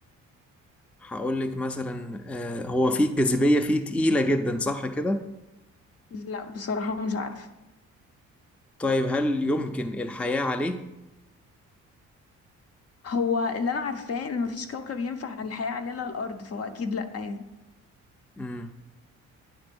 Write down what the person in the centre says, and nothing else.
هقول لك مثلا آه، هو فيه الجاذبية فيه تقيلة جدا صح كده؟
طيب هل يمكن الحياة عليه؟
مم.